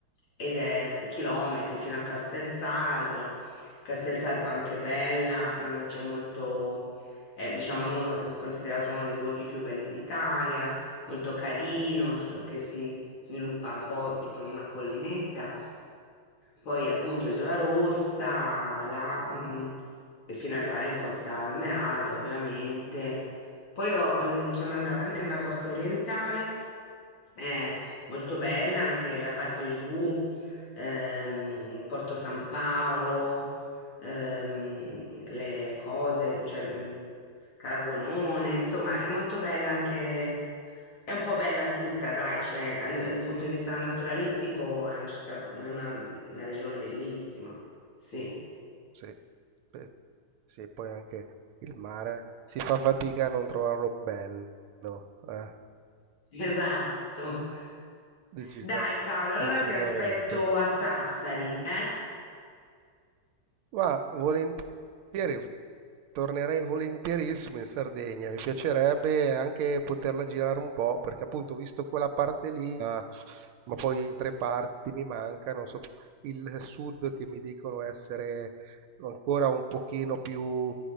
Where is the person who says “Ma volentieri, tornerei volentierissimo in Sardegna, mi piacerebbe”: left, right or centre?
Right